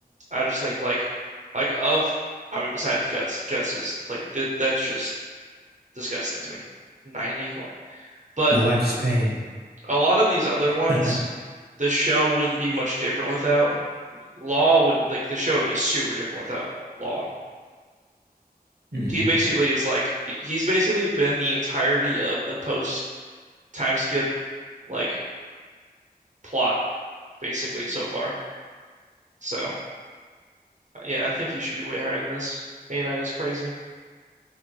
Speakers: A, on the right; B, on the right.
A: I just think like like of I mean besides guts, guts is like th that's just disgusting to me. 90, come on. But
B: My life is pain.
A: a lot of these other ones,
B: <laughs>
A: the show wouldn't be much different without Law would like the show would be super different without Law.
B: hmm
A: He basically is like he's basically been the entirety of the post time skip like plot basically so far. So yeah, I think he should be way higher than this. 89 is crazy.